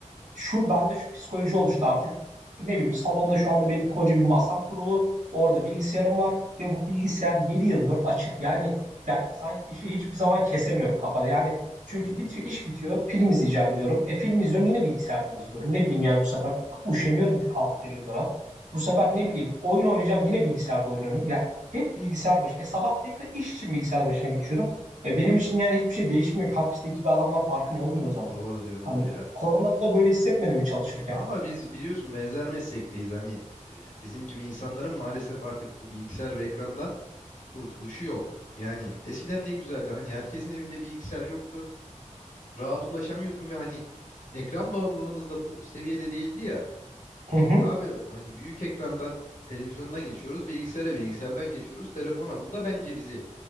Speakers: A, on the right (about 70°); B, on the left (about 80°).
A: şu bende şu psikoloji oluştu artık. Ne bileyim salonda şu anda benim koca bir masam kurulu. Orada bilgisayarım var ve bu bilgisayar 7 dört açık. Yani ben sanki işi hiçbir zaman kesemiyorum kafada. Yani çünkü
B: Hı hı.
A: bitiyor, iş bitiyor. Film izleyeceğim diyorum. E film izliyorum yine bilgisayardan izliyorum. Ne bileyim yani bu sefer üşeniyorum kalkıp televizyona. Bu sefer
B: Hı hı.
A: ne bileyim oyun oynayacağım yine bilgisayarda oyun oynuyorum. Ya hep bilgisayar başında. E sabah tekrar iş için bilgisayar başına geçiyorum. E benim için yani hiçbir şey değişmiyor. ki. Hapisteki bir adamdan farkım olmuyor o zaman.
B: Doğru diyorsun
A: Hani
B: abi ya.
A: Koronada da böyle hissetmedin mi çalışırken?
B: Ama biz biliyorsun benzer meslekteyiz. Hani e, bizim gibi insanların maalesef artık bu bilgisayar ve ekrandan kurtuluşu yok. Yani eskiden ne güzeldi. Hani herkesin evinde bilgisayar yoktu. Rahat ulaşamıyordum ve hani ekran bağımlılığımız da bu seviyede değildi ya.
A: Hı
B: Şimdi
A: hı.
B: abi hani büyük ekrandan televizyondan geçiyoruz, bilgisayara, bilgisayardan geçiyoruz, telefona. Bu da bence bizi